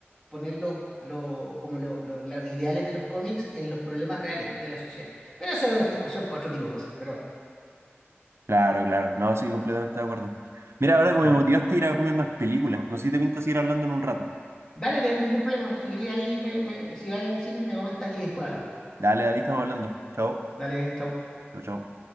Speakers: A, on the left; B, on the right.
A: poner los, lo- como lo- lo- los ideales de los cómics en los problemas reales de la sociedad. Pero eso es discusión para otro tipo de cosas. Pero bueno,
B: Claro, claro. No, sí, completamente de acuerdo. Mira, ahora que me
A: Sí.
B: motivaste a ir a verme unas películas, no sé si te pinta seguir hablando en un rato.
A: dale, te- ningún problema. Si querías ahí, me- me- si vas al cine, me comentas y después hablamos.
B: Dale, dale, estamos hablando. Chao.
A: Dale, chau.
B: Chao, chao.